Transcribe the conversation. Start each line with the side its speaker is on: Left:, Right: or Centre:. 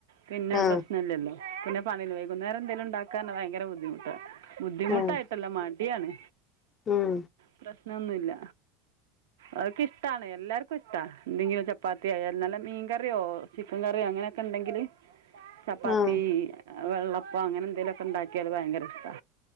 Right: പിന്നെ
Left: ആഹ്
Right: പ്രശ്‌നം ഇല്ലല്ലോ. പിന്നെ പണില്ല. വൈകുന്നേരം എന്തേലും ഉണ്ടാക്കാ പറഞ്ഞാ ഭയങ്കര ബുദ്ധിമുട്ടാ. ബുദ്ധിമുട്ടായിട്ടല്ല
Left: ആഹ്
Right: മടിയാണ്.
Left: ഉം
Right: പ്രശ്നൊന്നൂല്ല അവക്കിഷ്ടണ് എല്ലാർക്കും ഇഷ്ടാ. എന്തെങ്കിലുംരു ചപ്പാത്തിയായാൽ നല്ല മീൻകറിയോ ചിക്കൻ കറിയോ അങ്ങനെയൊക്കെണ്ടെങ്കില് ചപ്പാത്തി
Left: ആഹ്
Right: വെള്ളപ്പം അങ്ങനെ എന്തെലുക്കെ ഉണ്ടാക്കിയാല് ഭയങ്കര ഇഷ്ടാ.